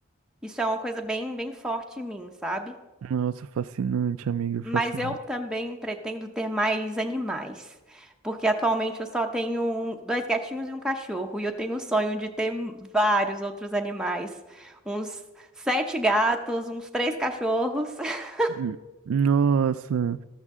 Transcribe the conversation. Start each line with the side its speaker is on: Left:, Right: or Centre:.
Centre: Isso é uma coisa bem, bem forte em mim, sabe?
Right: Nossa, fascinante, amigo, fascinante.
Centre: Mas eu também pretendo ter mais animais, porque atualmente eu só tenho um- dois gatinhos e um cachorro, e eu tenho o sonho de ter m- vários outros animais, uns sete gatos, uns três cachorros. <laughs>
Right: Hum. Nossa,